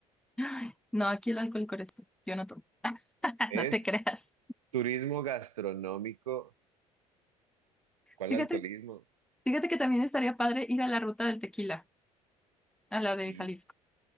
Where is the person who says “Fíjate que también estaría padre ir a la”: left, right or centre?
Centre